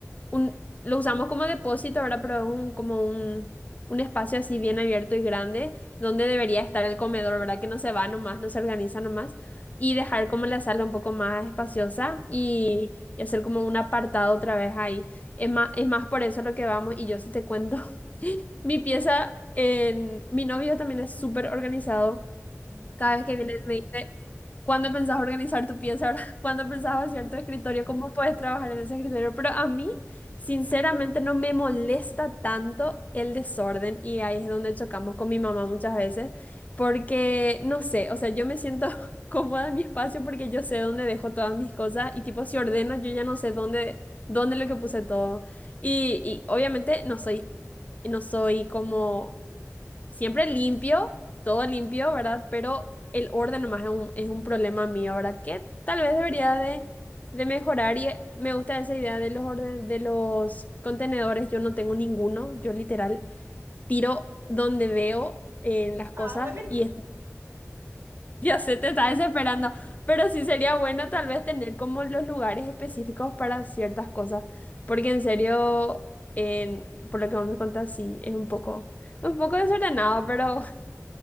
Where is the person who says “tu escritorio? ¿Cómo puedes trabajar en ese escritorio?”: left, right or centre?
Left